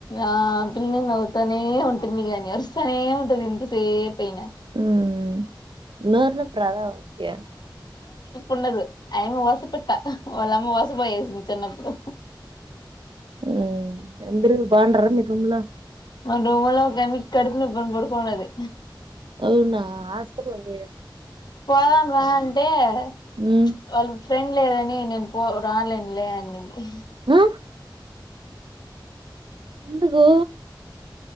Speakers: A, on the left (about 60°); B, on the right (about 80°).
A: ఆ పిల్ల నవ్వుతానే ఉంటుంది గాని అరుస్తానే ఉంటది ఎంతసేపు అయినా.
B: ఉమ్ నోరు నొప్పి రాదా ఆమెకి
A: ఉండదు. ఆయమ్మ వస పిట్ట వాళ్ళమ్మ వస పోయేసింది చిన్నప్పుడు
B: ఉమ్ అందరు బాగుండార్ ర్రా మీ రూమ్ లో
A: మా రూమ్ లో ఒక ఆమీకి కడుపు నోప్పి అని పడుకోన్నది.
B: అవునా! హాస్పిటల్కి పోయే
A: పోదాం రా అంటే.
B: హ్మ్
A: చ్చ్ వాళ్ళు ఫ్రెండ్ లేదని నేను పో రాలేను లే అనింది.
B: ఆ ఎందుకు?